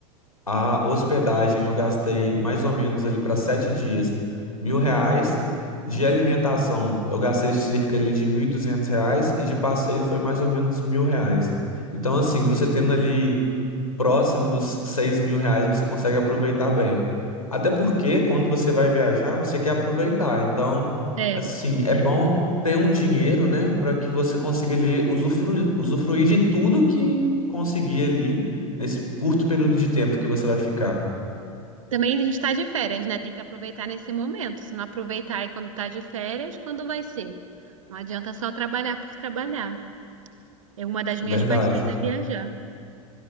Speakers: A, on the left; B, on the right.
A: A hospedagem eu gastei mais ou menos ali para sete dias, mil reais. De alimentação eu gastei cerca ali de mil e duzentos reais e de passeio foi mais ou menos mil reais. Então, assim, você tendo ali próximo dos seis mil reais você consegue aproveitar bem. Até porque quando você vai viajar, você quer aproveitar. Então,
B: É.
A: assim, é bom ter um dinheiro, né, para que você consiga ali usufruir usufruir de tudo que conseguir ali nesse curto período de tempo que você vai ficar.
B: Também a gente tá de férias, né? Tem que aproveitar nesse momento. Se não aproveitar aí quando tá de férias, quando vai ser? Não adianta só trabalhar por trabalhar. É uma das minhas
A: Verdade.
B: paixões é viajar.